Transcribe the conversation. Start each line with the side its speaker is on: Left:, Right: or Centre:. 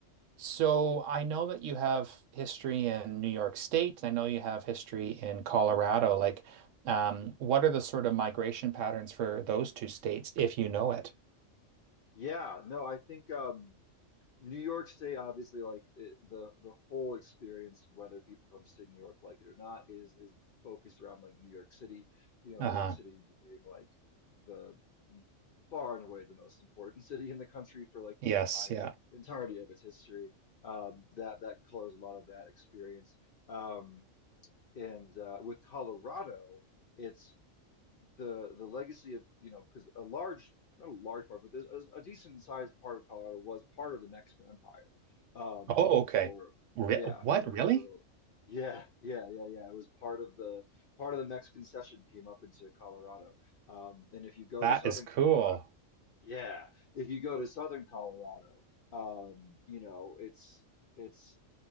Right: so I know that you have history in New York State, and I know you have history in Colorado. Like, um, what are the sort of migration patterns for those two states, if you know it?
Left: Yeah. No, I think. Um, New York State, obviously, like it, the the whole experience, whether people from state New York like it or not, is is focused around like New York City. You know,
Right: Uh-huh.
Left: New York City being like the far and away the most important <laughs> city in the country for like the
Right: Yes,
Left: entire
Right: yeah.
Left: entirety of its history. Um, that that colors a lot of that experience. Um, and uh, with Colorado, it's the the legacy of you know because a large not a large part but there's a, a decent sized part of Colorado was part of the Mexican Empire um
Right: Oh, okay.
Left: for
Right: Re
Left: yeah
Right: what,
Left: for
Right: really?
Left: for yeah yeah yeah yeah it was part of the part of the Mexican cession came up into Colorado um and if you go
Right: That
Left: to southern
Right: is cool.
Left: Colorado yeah, if you go to southern Colorado, um, you know, it's it's